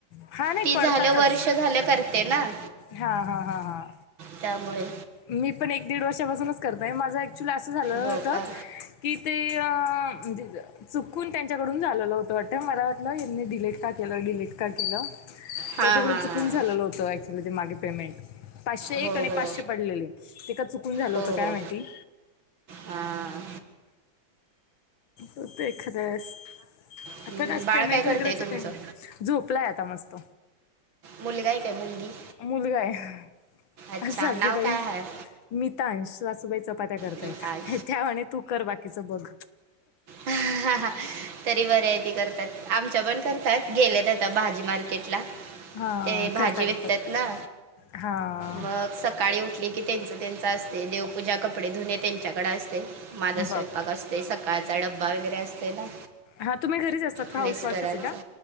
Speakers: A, on the left; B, on the right.
A: हा नाही
B: ती
A: पडतातच
B: झालं वर्ष झालं करते ना.
A: हा हा हा हा
B: त्यामुळे
A: मी पण एक दीड वर्षापासूनच करतय माझं ऍक्च्युअली असं झालेलं
B: हो
A: होतं.
B: का
A: की ते म्हणजे चुकून त्यांच्याकडून झालेलं होतं अटय मला वाटलं यांनी डिलेट का केलं डिलेट का केलं.
B: हां
A: त्याच्याकडून
B: हां
A: चुकून
B: हां
A: झालेलं होतं ऍक्च्युली ते मागे पेमेंट पाचशे
B: हो
A: एक आणि
B: हो
A: पाचशे पडलेले ते का चुकून झालं
B: हो
A: होतं काय
B: हो
A: माहिती
B: हां
A: हो तर एखाद्यास
B: हम्म,
A: आता नास
B: बाळ
A: पेमेंट
B: काय करते
A: वगैरेच
B: तुमचं
A: काय ना झोपला आहे आता मस्त
B: मुलगाय काय मुलगी
A: मुलगा आहे
B: अच्छा
A: साजूबाई
B: नाव काय आहे
A: मिितांश सूबाईचा पात्या करतायत
B: मिताज
A: त्या तू कर बाकीचं बघ.
B: ह हा हा. तरी व्हरायटी करतात आमच्या पण करतात गेलेत आता भाजी मार्केटला
A: हा
B: ते भाजी
A: करता
B: वेततात
A: करता
B: ना.
A: हा
B: मग सकाळी उठली की त्यांच त्यांच असते देवपूजा कप कपडे धुने त्यांच्याकडे असते माझा स्वयंपाक
A: बापरे
B: असते सकाळचा डब्बा वगैरे असते ना.
A: हा तुम्ही घरीच असतात का
B: मिस्टरांचा
A: हाऊसवाईफच आहे का?